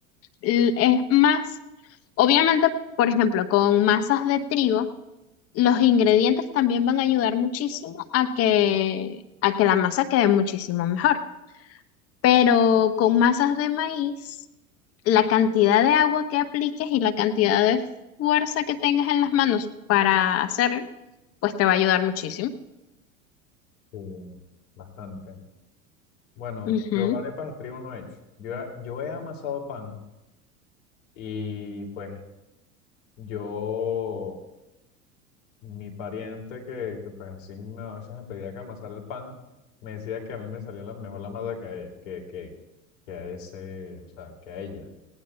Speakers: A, on the left; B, on the left.
A: L- Es más, obviamente, por ejemplo, con masas de trigo, los ingredientes también van a ayudar muchísimo a que, a que la masa quede muchísimo mejor. Pero con masas de maíz la cantidad de agua que apliques y la cantidad de fuerza que tengas en las manos para hacerlo, pues te va a ayudar muchísimo.
B: Sí, bastante. Bueno,
A: Ujú,
B: yo arepas de trigo no he hecho. Yo, he- yo he amasado pan y pues yo, mi pariente que, que, pues así me- a veces me pedía que amasara el pan, me decía que a mí me salía la, mejor la masa que, que, que, que a ese, o sea, que a ella.